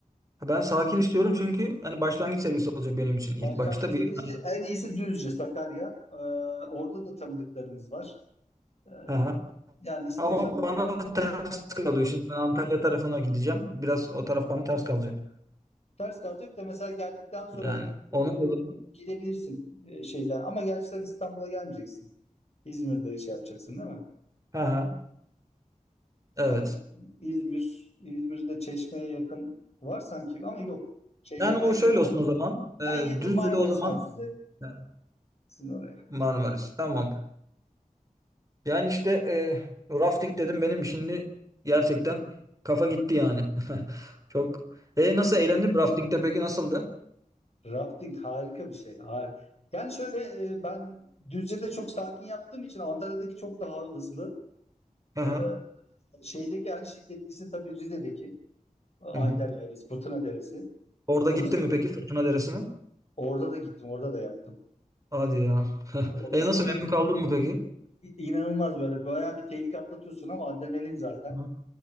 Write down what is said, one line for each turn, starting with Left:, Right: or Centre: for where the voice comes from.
Right: Ha, Ben sakin istiyorum çünkü hani başlangıç seviyesi olacak benim için ilk
Left: Başlangıç
Right: başta
Left: seviyesi
Right: bir
Left: en iyisi Düzce, Sakarya. Ee, orada da tanıdıklarımız var. Ee,
Right: hani
Left: yani istiyorsan
Right: Ama bana
Left: orada da-
Right: ters kalıyor. Şimdi ben Antalya tarafına gideceğim. Biraz o taraf bana ters kalacak.
Left: ters kalacak da mesela geldikten sonra
Right: Yani ona
Left: e,
Right: o zaman.
Left: gidebilirsin e, şeyden. Ama gerçi sen İstanbul'a gelmeyeceksin. İzmir'de şey yapacaksın değil mi?
Right: hı. ha. Evet.
Left: Yani İzmir, İzmir'de Çeşme'ye yakın var sanki ama yok. Şey,
Right: Yani
Left: en
Right: o şöyle
Left: yakın,
Right: olsun o zaman. Ee,
Left: en yakın
Right: Düzce'de
Left: Marmaris
Right: o zaman
Left: var size.
Right: e,
Left: Sizin oraya.
Right: Marmaris. Tamam. Yani işte e, rafting dedim benim şimdi gerçekten kafa gitti yani. <laughs> Çok. E nasıl eğlendin mi? Rafting'de peki nasıldı?
Left: Rafting harika bir şey. Har- Yani şöyle e, ben Düzce'de çok sakin yaptığım için Antalya'daki çok daha hızlı.
Right: Hı hı.
Left: E, şeydeki en şiddetlisi tabii Rize'deki e, Ayder
Right: Hı hı.
Left: Yaylası, Fırtına Deresi.
Right: Orada
Left: Orası,
Right: gittin mi peki Fırtına Deresi'ne?
Left: orada da gittim, orada da yaptım.
Right: Hadi ya. <laughs>
Left: Orası
Right: E nasıl memnun kaldın mı peki?
Left: i- inanılmaz böyle bayağı bir tehlike atlatıyorsun ama adrenalin zaten
Right: Hı.